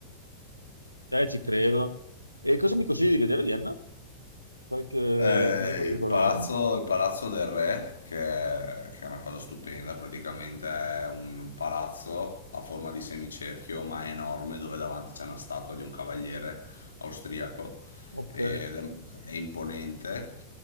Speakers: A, on the right (about 85°); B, on the left (about 75°).
A: eh, ci credo. E cosa mi consigli di vedere a Vienna? Qualche
B: Eh,
A: cosa in particolare?
B: il palazzo, il palazzo del re, che è, che è una cosa stupenda, praticamente è un palazzo a forma di semicerchio, ma è enorme, dove davanti c'è una statua di un cavaliere austriaco
A: Ok.
B: ed è, è imponente.